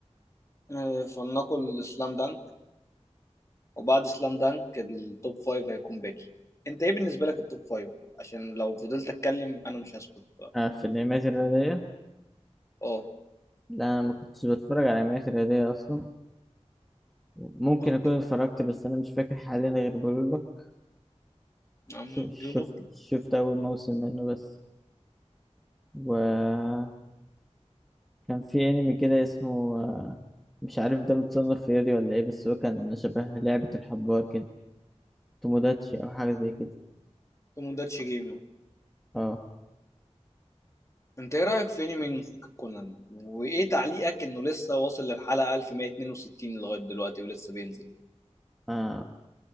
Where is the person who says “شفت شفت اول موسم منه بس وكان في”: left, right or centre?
Centre